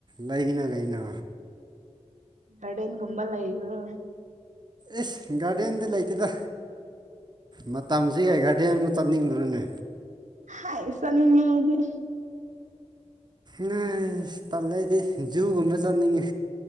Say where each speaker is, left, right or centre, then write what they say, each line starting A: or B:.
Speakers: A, on the right; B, on the right.
A: ꯂꯩꯩꯅ ꯒꯩꯅꯣ
B: ꯒꯥꯔꯗꯦꯟꯒꯨꯝꯕ ꯂꯩꯕ꯭ꯔꯣ
A: ꯏꯁ ꯒꯥꯔꯗꯦꯟꯗꯤ ꯂꯩꯇꯦꯗ ꯃꯇꯝꯁꯤꯒꯩ ꯒꯥꯔꯗꯦꯟꯃꯨꯛ ꯆꯠꯅꯤꯡꯕ꯭ꯔꯣꯅꯦ
B: ꯍꯥꯏꯁ ꯅꯤꯡꯉꯦꯦ
A: ꯅꯣꯏ ꯇꯜꯂꯗꯤ ꯖꯨꯒꯨꯝꯕ ꯆꯠꯅꯤꯡꯉꯦ